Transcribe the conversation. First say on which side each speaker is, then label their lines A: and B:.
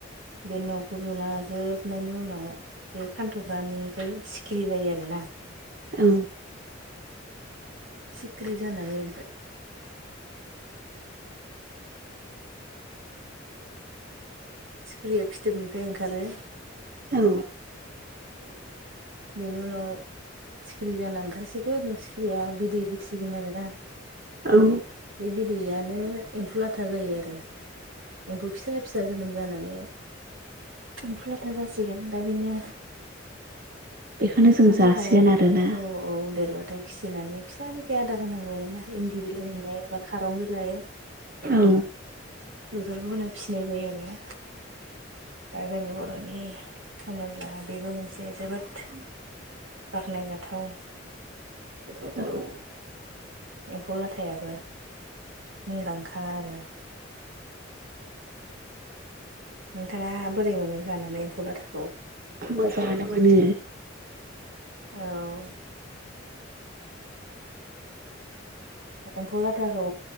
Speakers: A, on the right (about 80°); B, on the right (about 50°).
A: बे न'खौ लुना लाजोबनायनि उनाव बे खानथ'ग्रानिफ्राय सिखिरि जायो आरो ना। <unintelligible>
B: औ
A: सिख्रि जानाय सिख्रिया फिथोबनिफ्राय ओंखारो।
B: औ
A: बेनि उनाव सिखिरि जाना ओंखारसिगोन बिहा बिदै हैसिगोन आरोना।
B: औ
A: बे बिदैयानो एम्फौ लाथा जायो आरो। एम्फौ फिसा फिसा जोनोम जानानै एम्फु लाथा जासिगोन दा बिनो
B: बेखौनो
A: एम्फौनि
B: जों जासिगोन
A: थाखाय
B: आरोना
A: औ औ देरबा थाय फिसिनानै फिसानिफ्राय आदार होनांगौ आरो ना इन्दि बिलाइ होननाय बा खारं बिलाइ
B: औ
A: बेफोरखौ होना फिसिनाय जायो आरो ना। दा जोंनि बर'नि होनोब्ला बेबो मोनसे जोबोद बाखनायजाथाव
B: हेलौ!
A: एम्फौ लाथायाबो मुंदांखा आरो नोंथाङा बोरै मोनो जानानै एम्फौ लाथाखौ?
B: मोजाङानो मोनो
A: औ एम्फौ लाथाखौ